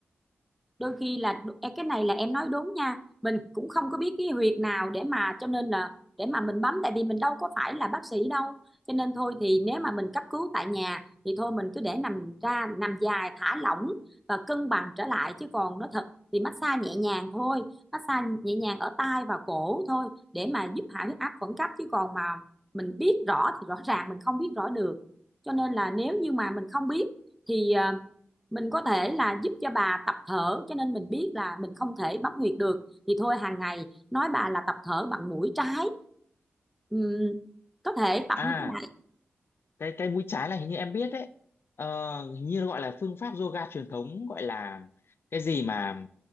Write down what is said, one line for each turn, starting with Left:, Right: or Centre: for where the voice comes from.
Centre: đôi khi là đ- cái này là em nói đúng nha mình cũng không có biết cái huyệt nào để mà cho nên là để mà mình bấm tại vì mình đâu có phải là bác sĩ đâu cho nên thôi thì nếu mà mình cấp cứu tại nhà thì thôi mình cứ để nằm ra nằm dài thả lỏng và cân bằng trở lại chứ còn nó thật thì massage nhẹ nhàng thôi massage nhẹ nhàng ở tai và cổ thôi để mà giúp hạ huyết áp khẩn cấp chứ còn mà mình biết rõ thì rõ ràng mình không biết rõ được cho nên là nếu như mà mình không biết thì ờ, mình có thể là giúp cho bà tập thở cho nên mình biết là mình không thể bấm huyệt được thì thôi hàng ngày nói bà là tập thở bằng mũi trái Ừm, có thể tập
Left: à
Centre: như thế
Left: cái cái mũi trái là hình như em biết đấy ờ, hình như nó gọi là phương pháp yoga truyền thống gọi là cái gì mà